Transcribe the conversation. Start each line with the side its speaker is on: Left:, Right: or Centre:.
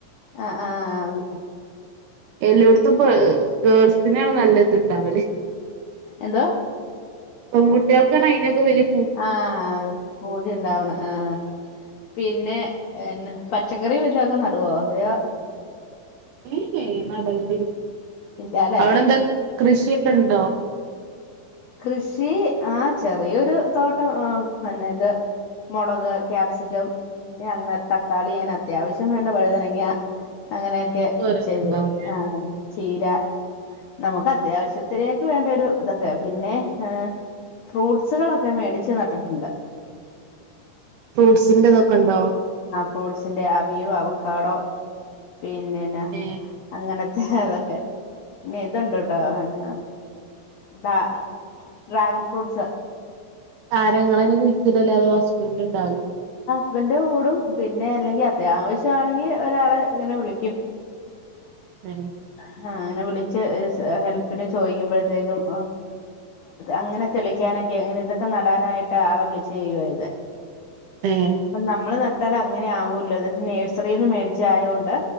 Left: അ ആ വ്
Right: എല്ലാേട്ത്ത്പ്പ ഗേൾസിനാണ് നല്ല ത്ണ്ടാവല്
Left: എന്തോ
Right: പെങ്കുട്ട്യാൾക്കാണ് അയ്നൊക്കെ വല്ല്യ
Left: ആ അ പൂതിണ്ടാവ്ണ് ആ പിന്നെ എന്നാ പച്ചക്കറി വല്ലൊക്കെ നടുവോ അതെയാേ
Right: <unintelligible>
Left: ഇല്ലാലെ
Right: അവിടെ എന്താ കൃഷിയൊക്കെ ഉണ്ടോ
Left: കൃഷി ആ ചെറിയൊരു തോട്ടം ആ അന്ന ഇത് മുളക്, കാപ്സി കം പിന്നെ അങ്ങനെ തക്കാളി അങ്ങനെ അത്യാവശ്യം വേണ്ട വഴുതനങ്ങയ. അങ്ങനെയൊക്കെ
Right: അങ്ങനത്തെ ഓരോന്നുണ്ടാവൂലേ
Left: ചെയ്ത് ആ ചീര നമുക്ക് അത്യാവശ്യത്തിനേക്ക് വേണ്ട ഒരു ഇതൊക്കെ. പിന്നെ ഏ ഫ്രൂട്ട്സുകളൊക്കെ മേടിച്ച് നട്ടിട്ടുണ്ട്.
Right: ഫ്രൂട്ട്സിന്റെ ഇതൊക്കെ ഉണ്ടോ
Left: ഫ്രൂട്ട്സിന്റെഅവ്യൂ അവക്കാടോ പിന്നെന
Right: ഏഹ്
Left: അങ്ങനത്തെ അതൊക്കെ പിന്നെ ഇതുണ്ടേട്ടോ പിന്നെ ത ഡ്രാഗൺ ഫ്രൂട്ട്സ്
Right: ആരാ ഇങ്ങളന്നെ കുഴിച്ച അതല്ലാതെ ഹസ്ബൻഡ് ഉണ്ടാവോ
Left: ഹസ്ബെന്റും കൂടും പിന്നെ അല്ലെങ്കിൽ അത്യാവശ്യമാണെങ്കിൽ ഒരാളെ ഇങ്ങനെ വിളിക്കും
Right: ഏ
Left: ആ അങ്ങനെ വിളിച്ച് ഹെൽപ്പിന് ചോദിക്കുമ്പോഴത്തേക്കും ആ അങ്ങനെ തെളിക്കാനൊക്കെ അങ്ങനെ ഇതൊക്കെ നടാനായിട്ട് ആളെ വിളിച്ചു ചെയ്യുവാ ചെയ്തേ
Right: ഏഹ്
Left: അപ്പം നമ്മള് ന ട്ടാൽ അങ്ങനെ ആകൂല്ലോ എന്നിട്ട് നേഴ്സറിന്ന് മേടിച്ചയായോണ്ട്